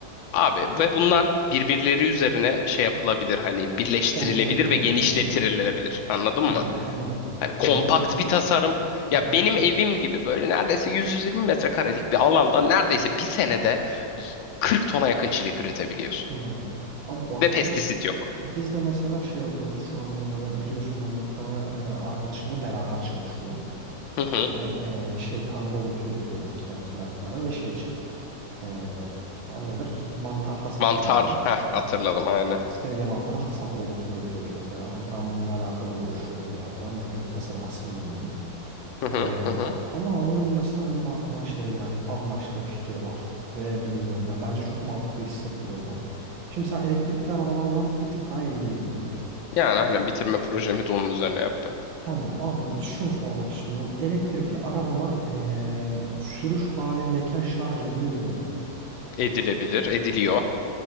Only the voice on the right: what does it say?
Olabilir.
Hmm,
hmm,
anladım.
Ya benim
Hı hı,
hmm. Abi bak
bi-
biz de mesela şey yapıyoruz şu anda ya ben biliyorsun ben de bir tane e, arkadaşımla beraber çalışıyorum.
Hani e, şey tarım robotu üretiyoruz biz de mesela bir tane ve şey için e, adı nedir? Mantar hasat
robotu.
Evet.
İstediğim antara hasat robotu üretiyoruz mesela. Hani ben bununla alakalı uğraşıyorum biraz daha. Mekanik tasarım kısmındayım bunun.
Ee,
ama abi ben mesela benim aklıma şey geldi. Bambaşka bir fikir var. Ve bilmiyorum ya. Bence çok mantıklı hissettiriyor bana. Şimdi sen elektrikli arabalarla bir tık daha ilgiliydin değil mi?
Tamam abi şunu sormak istiyorum. Elektrikli arabalar ee, sürüş halindeyken şarj edilebilir mi?